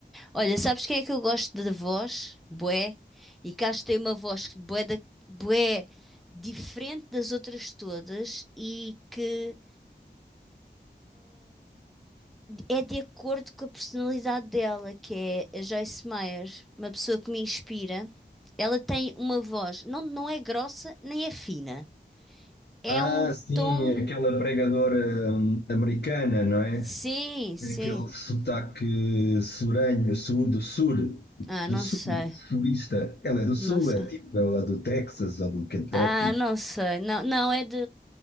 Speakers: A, in the centre; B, on the left.
A: Olha, sabes quem é que eu gosto de voz? Bué. E cá tem uma voz bué, da, bué diferente das outras todas e que é de acordo com a personalidade dela, que é a Joyce Meyer, uma pessoa que me inspira. Ela tem uma voz, não, não é grossa nem é fina. É
B: Ah,
A: um
B: sim,
A: tom.
B: aquela pregadora hum, americana, não é?
A: Sim, sim.
B: Aquele sotaque suranho, sul do sul,
A: Ah,
B: do
A: não
B: sul,
A: sei.
B: sulista. Ela é do sul,
A: Não sei.
B: é tipo, ela é do Texas ou do Kentucky.
A: Ah, não sei. Não, não é de.